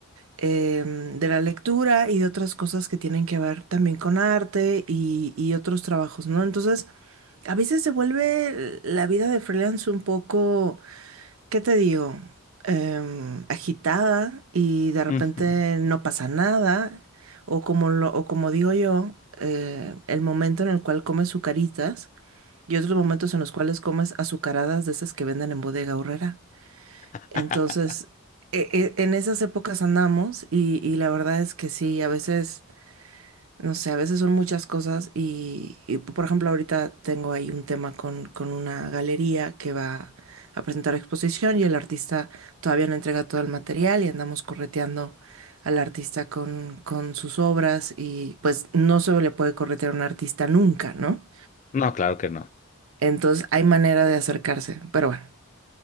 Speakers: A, on the right; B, on the left.
A: em, de la lectura y de otras cosas que tienen que ver también con arte y, y otros trabajos, ¿no? Entonces, a veces se vuelve la vida de freelance un poco, ¿qué te digo? Em, agitada y de repente
B: Ujú.
A: no pasa nada, o como lo, o como digo yo, eh, el momento en el cual comes sucaritas y otros momentos en los cuales comes azucaradas de esas que venden en Bodega Aurrera.
B: <laughs>
A: Entonces, e- e- en esas épocas andamos y, y la verdad es que sí, a veces, no sé, a veces son muchas cosas y, y, por ejemplo, ahorita tengo ahí un tema con, con una galería que va a presentar exposición y el artista todavía no entrega todo el material y andamos correteando al artista con, con sus obras y pues no se le puede corretear a un artista nunca, ¿no?
B: No, claro que no.
A: Entonces hay manera de acercarse, pero bueno.